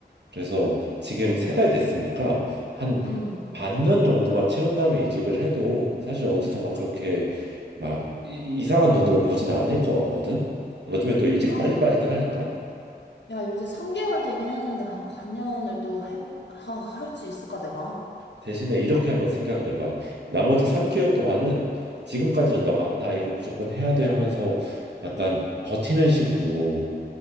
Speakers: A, on the right (about 75°); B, on the left (about 85°).
A: 그래서 지금 세 달 됐으니까 한
B: 음.
A: 반년 정도만 채운 다음에 이직을 해도 사실 어디서 막 그렇게 막 이- 이상한 눈으로 보진 않을 것 같거든. 요즘에 또 이직
B: 아,
A: 빨리빨리들 하니까.
B: 야, 요새 3개월 되긴 했는데, 아, 반년을 또 해볼, 아, 할 수 있을까, 내가?
A: 대신에 이렇게 한번 생각을 해봐. 나머지 3개월 동안은 지금까지는 너가 "아, 나 이거 무조건 해야 돼 하면서 약간 버티는 식으로